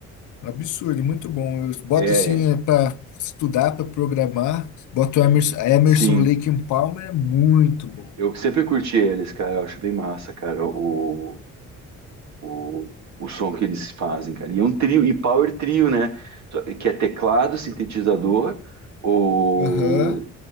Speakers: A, on the left; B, on the right.
A: absurdo, muito bom. Eu boto
B: É,
A: assim para estudar, para programar. Boto Emerson, Emerson,
B: sim.
A: Lake and Palmer, é muito bom.
B: Eu sempre curti eles, cara. Eu acho bem massa, cara, o, o, o som que eles fazem, cara. E é um trio, e power trio, né? Só- Que é teclado, sintetizador, o,
A: Aham.